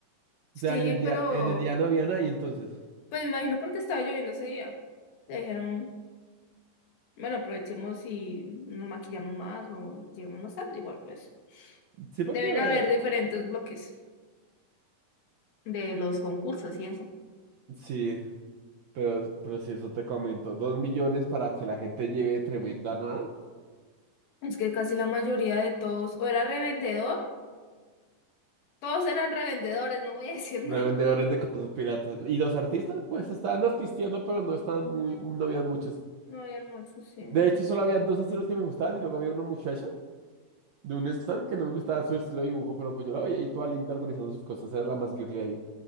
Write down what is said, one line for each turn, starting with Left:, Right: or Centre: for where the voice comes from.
Left: Sí,
Right: O sea, en el día,
Left: pero
Right: en el día no había nadie entonces.
Left: pues me imagino porque estaba lloviendo ese día. Le dijeron, bueno, aprovechemos y nos maquillamos más o llegamos más tarde, igual pues.
Right: Sí,
Left: Deben
Right: porque eh,
Left: haber diferentes bloques de los concursos y eso.
Right: sí, pero, pero si eso te comento, dos millones para que la gente lleve tremenda nada.
Left: Es que casi la mayoría de todos, o era revendedor, Todos eran revendedores, no voy a <laughs> decir
Right: De
Left: nada.
Right: vendedores de cosas piratas. Y los artistas, pues estaban artisteando, pero no estaban muy, no habían muchos.
Left: No habían muchos, sí.
Right: De hecho, solo habían dos estilos que me gustaban y luego había una muchacha de un stand que no me gustaba su estilo de dibujo, pero pues yo la veía ahí toda linda organizando sus cosas, era la más girly ahí.